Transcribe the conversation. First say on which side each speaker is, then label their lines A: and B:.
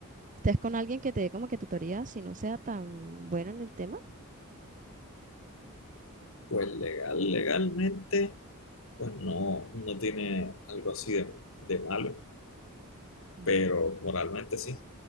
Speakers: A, on the right; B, on the left.
A: estés con alguien que te dé como que tutoría, si no sea tan bueno en el tema.
B: pues legal, legalmente, pues no, no tiene algo así de, de malo,
A: Mm,
B: pero moralmente sí,